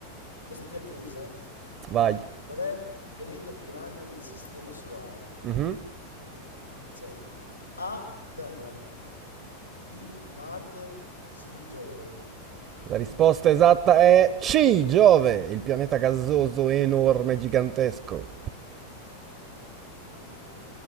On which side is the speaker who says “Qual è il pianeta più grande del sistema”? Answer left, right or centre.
Left